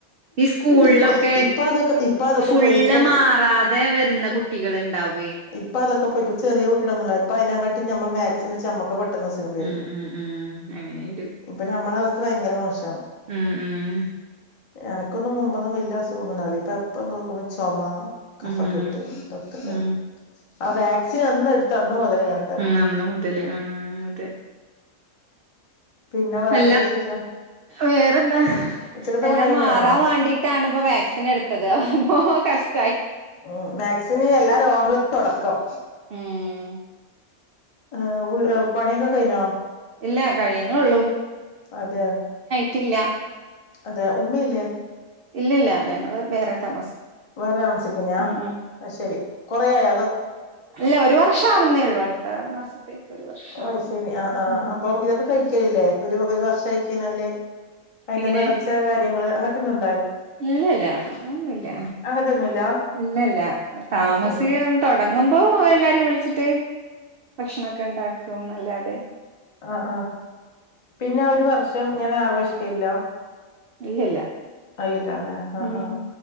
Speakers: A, on the right (about 70°); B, on the left (about 30°).
A: ഈ സ്കൂളിലൊക്കെ
B: ഇപ്പൊ ഇപ്പ അതൊക്കെ ഇപ്പ അതൊക്കെ
A: ഫുള്ള്
B: പോയി ഇപ്പ
A: മാറാതെ വരുന്ന കുട്ടികൾ ഇണ്ടാവേ
B: ഇപ്പൊ അതൊക്കെ പോയി ഇപ്പ ചെറിയ കുട്ടിടൊന്നല്ല ഇപ്പ അതിനെകാട്ടി ഞമ്മൾ വാക്സിൻ അടിച്ച നമ്മക്ക് പെട്ടെന്ന് അസുഖം വരുന്നു
A: ഉം ഉം ഉം അങ്ങനെയുണ്ട്.
B: ഇപ്പൊ ഞമ്മളെ അവസ്ഥ ഭയങ്കര മോശാണ്
A: ഉം ഉം
B: എനക്കൊന്നും മുമ്പൊന്നും വല്ല്യ അസുഖന്നുന്നുണ്ടാവില്ല ഇപ്പൊ എപ്പൊ നോക്കുമ്പോ ചൊമ കഫക്കെട്ട്
A: ഉം
B: ഇതൊക്കെ തന്നെ
A: ഉം
B: ആ വാക്സിൻ എന്ന് എടുത്തോ അന്ന് മുതൽ ഇങ്ങനത്തെന്ന
A: ഉം അന്ന് മുതല് ഉം അതെ
B: പിന്നെ വേറെ
A: അല്ല
B: എന്ത വിശേഷം
A: വേറെന്താ
B: ഉച്ചക്കത്തെ
A: എല്ലാം
B: പണിയൊക്കെ
A: മാറാൻ
B: കഴിഞ്ഞോ
A: വാണ്ടിട്ടാണ് ഇപ്പൊ വാക്സിൻ എടുത്തത് അപ്പൊ കഷ്
B: ഉം വാക്സിന് എല്ലാ രോഗങ്ങളും തൊടക്കം
A: ഉം
B: ആ പണിയൊക്കെ കൈനോ
A: ഇല്ല കഴിയുനുള്ളൂ
B: അതെയാ
A: ട്ടില്ല
B: അതെ ഉമ്മയില്ലേ
A: ഇല്ലില്ല ഞങ്ങള് വേറെ താമസം
B: വേറെ താമസിക്കുന്നയാ
A: ഉം
B: ശരി കൊറയായ
A: അല്ല ഒരു വർഷം ആകുന്നേ ഉള്ളു അടുത്ത മാസത്തേക്ക് ഒരു വർഷാവും
B: ഓ ശെരി ആ ആ
A: ഉം
B: അപ്പം ഇതൊക്കെ കഴിക്കലില്ലേ ഒരു ഒരു വർഷ ആയിക്കയ്ഞ്ഞാല് അതിന്റെ
A: എങ്ങനെ
B: നേർച്ച കാര്യങ്ങൾ അങ്ങനത്തെ ഒന്നും
A: ഇല്ലല്ല അങ്ങനെ ഒന്നുല്ല
B: അങ്ങനത്തെൊന്നുംല്ല
A: ഇല്ല ഇല്ല താമസി
B: അത് ശരി
A: തൊടങ്ങുമ്പോ എല്ലാരേം വിളിച്ചിട്ട് ഭക്ഷണൊക്കെ ഉണ്ടാക്കും എന്നല്ലാതെ
B: അ ആ പിന്നെ ഒരു വർഷം ഇങ്ങെനെ ആഘോഷിക്കല്ലോ
A: ഇല്ലല്ല
B: അയില്ലാല്ലെ ആ
A: ഉം
B: ആ